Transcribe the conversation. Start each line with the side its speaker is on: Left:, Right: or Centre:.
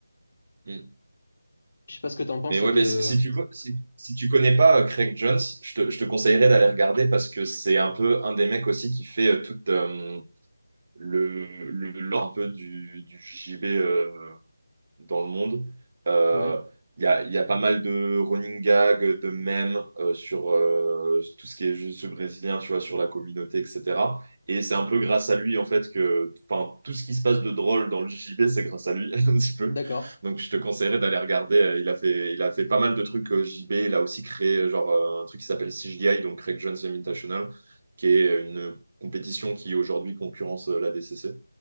Right: Mhm.
Left: Je sais pas ce que t'en penses,
Right: Mais
Left: toi,
Right: ouais,
Left: de.
Right: mais si, si tu co- si, si tu connais pas euh, Craig Jones, je te, je te conseillerais d'aller regarder parce que c'est un peu un des mecs aussi qui fait euh, toute euh, le, le lore un peu du, du J B euh, dans le monde. Euh,
Left: Ouais,
Right: Il y a, il y a pas mal de running gags, de mèmes euh, sur euh, tout ce qui est juste brésilien, tu vois, sur la communauté, etc. Et c'est un peu grâce à lui, en fait, que enfin, tout ce qui se passe de drôle dans le JJB, c'est grâce à lui, <laughs> un petit peu.
Left: d'accord.
Right: Donc, je te conseillerais d'aller regarder. Euh, Il a fait, il a fait pas mal de trucs au JJB. Il a aussi créé, euh, genre, euh, un truc qui s'appelle CGI, donc Craig Jones Invitational, qui est une compétition qui, aujourd'hui, concurrence euh, la DCC.